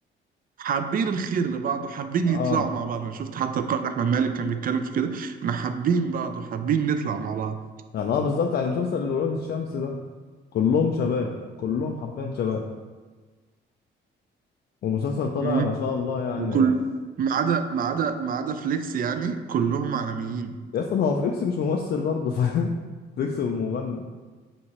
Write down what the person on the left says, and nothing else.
اه
يعني اه بالظبط يعني مسلسل ولاد الشمس ده كلهم شباب كلهم حرفيا شباب والمسلسل طالع
ما شاء الله يعني
يعني
يا اسطى ما هو فليكس مش ممثل برضه فاهم <laughs> فليكس مغني